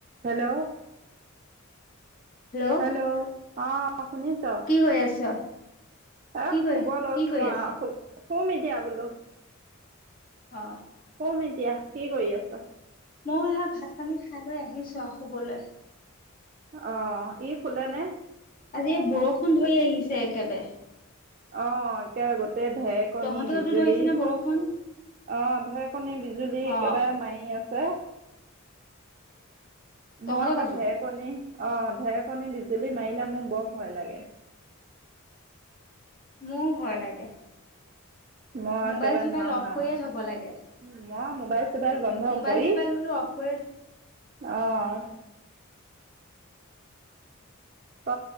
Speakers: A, on the right; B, on the left.
A: Hello
B: hello
A: hello অঁ শুনিছ?
B: কি কৰি আছ?
A: এহ
B: কি কৰি
A: শুব লৈছোঁ
B: কি কৰি আছ?
A: আওঁ শু শুম এতিয়া বোলো।
B: অঁ'
A: শুম এতিয়া, কি কৰি আছ?
B: ময়ো সেয়া ভাত পানী খাই বৈ আহিছো আও শুবলে।
A: অঁ ই শোলেনে?
B: আজি এই বৰষুণ ধৰি আহিছে একেবাৰে।
A: অঁ একে গোটেই ঢেক- কণী
B: তহঁতৰ
A: বিজুলী,
B: তাতো ধৰিছে নে বৰষুণ?
A: অঁ ধে কণী বিজুলী একেবাৰে
B: অ',
A: মাৰি আছে। ছে।
B: তহঁতৰ
A: মো আকৌ
B: তাতো
A: ধে- কণী অঁ ঢেৰকণী, বিজুলী মাৰিলে মোৰ বৰ ভয় লাগে।
B: মোও ভয় লাগে।
A: মই একেবাৰে
B: মোবাইল চোবাইল
A: নোৱাৰোং
B: অফ
A: আও।
B: কৰিয়ে থব লাগে
A: ময় মোবাইল চোবাইল বন্ধ
B: মোবাইল
A: কৰি
B: চোবাইল বোলো অফ কৰি
A: অঁ।
B: উম,
A: ক?